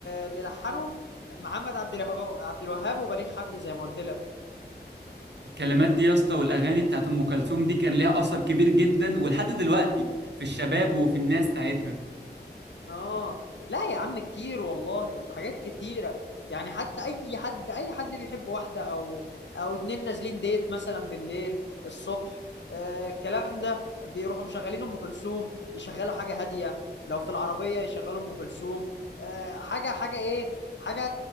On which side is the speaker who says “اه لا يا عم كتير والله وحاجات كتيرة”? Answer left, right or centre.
Left